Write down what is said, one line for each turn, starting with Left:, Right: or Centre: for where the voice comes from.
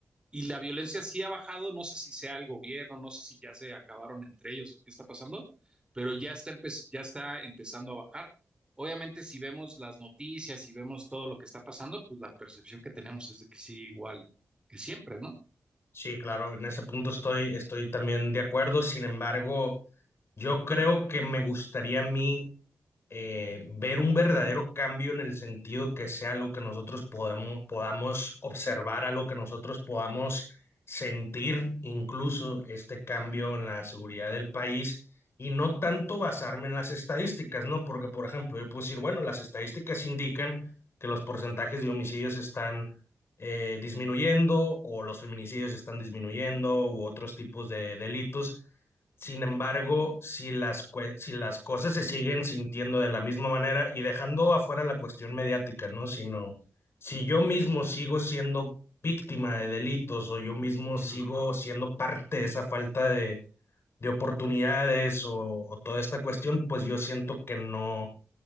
Right: Y la violencia sí ha bajado, no sé si sea el gobierno, no sé si ya se acabaron entre ellos, qué está pasando, pero ya está, empe- ya está empezando a bajar. Obviamente, si vemos las noticias y vemos todo lo que está pasando, pues la percepción que tenemos es de que sí, igual que siempre, ¿no?
Left: sí, claro, en ese punto estoy, estoy también de acuerdo. Sin embargo, yo creo que me gustaría a mí eh, ver un verdadero cambio en el sentido que sea algo que nosotros podemos, podamos observar, algo que nosotros podamos sentir, incluso este cambio en la seguridad del país, y no tanto basarme en las estadísticas, ¿no? Porque, por ejemplo, yo puedo decir, bueno, las estadísticas indican que los porcentajes de homicidios están eh, disminuyendo o los feminicidios están disminuyendo u otros tipos de delitos. Sin embargo, si las, cue- si las cosas se siguen sintiendo de la misma manera y dejando afuera la cuestión mediática, ¿no? Sino, si yo mismo sigo siendo víctima de delitos o yo mismo
Right: Ujú.
Left: sigo siendo parte de esa falta de, de oportunidades o, o toda esta cuestión, pues yo siento que no,